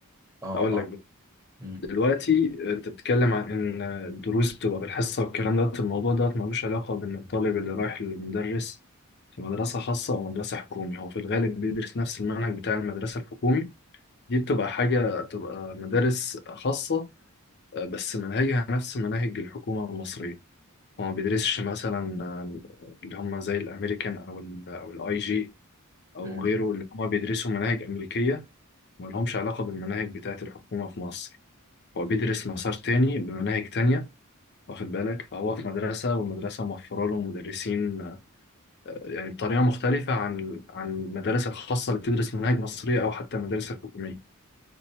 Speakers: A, on the right; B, on the left.
A: اه
B: أقول
A: اه
B: لك
A: امم
B: دلوقتي انت بتتكلم عن ان الدروس بتبقى بالحصه والكلام دوت الموضوع دوت ملوش علاقه بان الطالب اللي رايح للمدرس في مدرسه خاصه او مدرسه حكومي هو في الغالب بيدرس نفس المنهج بتاع المدرسه الحكومي دي بتبقى حاجه بتبقى مدارس خاصه آه، بس مناهجها نفس مناهج الحكومه المصريه هو ما بيدرسش مثلا آه، اللي هم زي الامريكان او ال او الاي جي او
A: امم
B: غيره اللي هم بيدرسوا مناهج امريكيه ما لهمش علاقه بالمناهج بتاعه الحكومه في مصر هو بيدرس مسار تاني بمناهج تانية واخد بالك فهو في مدرسة والمدرسة موفرة له مدرسين آه، يعني بطريقة مختلفة عن عن المدارس الخاصة اللي بتدرس مناهج مصرية أو حتى المدارس الحكومية